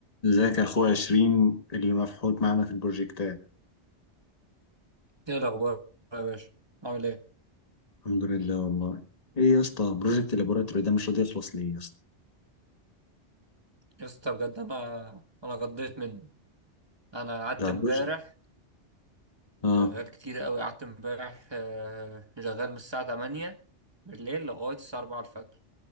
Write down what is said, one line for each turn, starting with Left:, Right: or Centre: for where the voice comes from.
Left: ازيك يا اخويا عشرين اللي مفحوط معانا في البروجكتات
Right: ايه الاخبار يا باشا عامل ايه
Left: الحمد لله والله ايه يا اسطى بروجكت اللابوراتوري ده مش راضي يخلص ليه يا اسطى
Right: يا اسطى بجد انا انا غضيت منه انا قعدت
Left: ده
Right: امبارح
Left: بروجكت اه
Right: شغال كتير قوي قعدت امبارح آه، شغال من الساعه 8 بالليل لغايه الساعه 4 الفجر